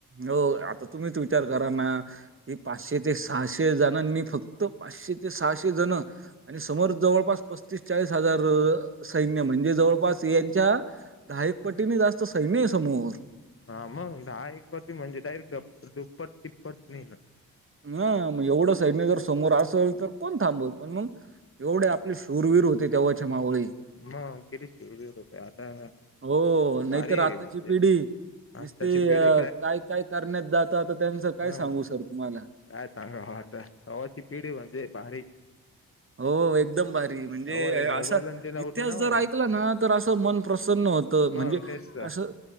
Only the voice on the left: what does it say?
हा मग दहा एकती म्हणजे डायरेक्टप दुप्पट टिप्पट नाहीे ना.
मग किती शिर घेत होते आता
भारी
म्हणजे
आत्ताची पिढी
हा
काय सांगावा आता तव्हाची पिढी म्हणजे भारी.
तवा हे मोबाईल
आणि ते नव्हते
ना
ओ
मग तेच तर